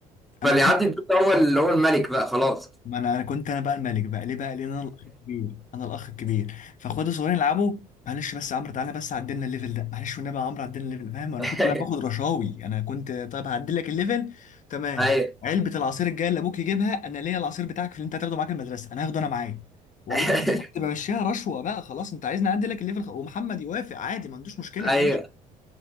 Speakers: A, in the centre; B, on the left.
A: فاللي
B: انا
A: يعدي الدور ده هو اللي هو الملك بقى خلاص
B: ما انا انا كنت انا بقى الملك بقى ليه بقى لان انا الاخ الكبير انا الاخ الكبير فاخواتي الصغيرين يلعبوا معلش بس يا عمرو تعالى بس عدلنا الليفل ده معلش والنبي يا عمرو عدلنا الليفل فاهم انا
A: <laughs>
B: كنت بقى باخد رشاوي انا كنت طيب هعدل لك الليفل تمام
A: ايوه
B: علبه العصير الجايه اللي ابوك يجيبها انا ليا العصير بتاعك في اللي انت هتاخده معاك المدرسه انا هاخده انا معايا والله
A: <laughs>
B: العظيم كنت بمشيها رشوه بقى خلاص انت عايزني اعدل لك الليفل خ- ومحمد يوافق عادي ما عندوش مشكله
A: ايوه
B: يا باشا